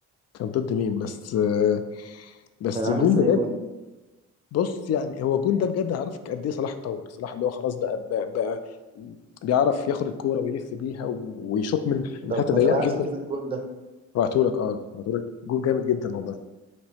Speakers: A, on the left; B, on the right.
A: كان ضد مين بس آه، بس
B: كان عامل
A: الجون
B: ازاي
A: ده بجد
B: جون
A: بص يعني هو الجون ده بجد عارف قد ايه صلاح اتطور صلاح اللي هو خلاص بقى بقى, بقى بيعرف ياخد الكوره ويلف بيها ويشوط من من
B: طب
A: حته
B: ما
A: ضيقه
B: تبعت
A: جدا
B: لي كده الجون ده
A: هبعتهولك اه هبعتهولك جون جامد جدا والله